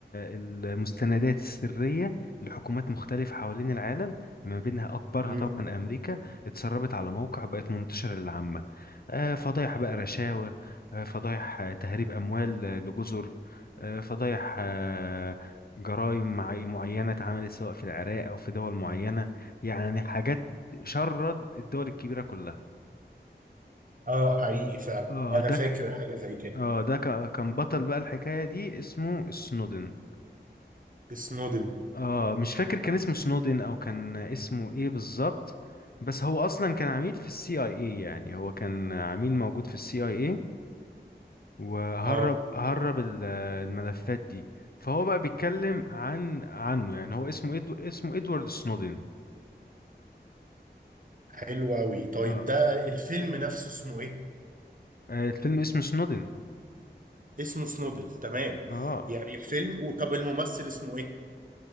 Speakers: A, on the left; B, on the right.
A: المستندات السرية لحكومات مختلفة حوالين العالم ما بينها أكبرها
B: مم.
A: طبعا أمريكا اتسربت على موقع بقت منتشرة للعامة آه، فضايح بقى رشاوى آه، فضايح آه، تهريب أموال آه، لجزر آه، فضايح آه، جرائم مع- معينة اتعملت سواء في العراق أو في دول معينة يعني حاجات شرد الدول الكبيرة كلها
B: اه حقيقي فعلا
A: اه
B: انا
A: ده
B: فاكر حاجة زي كده
A: اه ده ك- كان بطل بقى الحكاية دي اسمه سنودن
B: سنودن
A: اه مش فاكر كان اسمه سنودن او كان اسمه ايه بالظبط بس هو اصلا كان عميل في السي اي اي يعني هو كان عميل موجود في السي اي اي وهرب
B: اه
A: هرب ال- الملفات دي فهو بقى بيتكلم عن عنه يعني هو اسمه إدو اسمه ادوارد سنودن
B: حلو قوي طيب
A: اه
B: ده الفيلم نفسه اسمه ايه
A: آه، الفيلم اسمه سنودن
B: اسمه سنودل تمام
A: اه
B: يعني الفيلم وطب الممثل اسمه ايه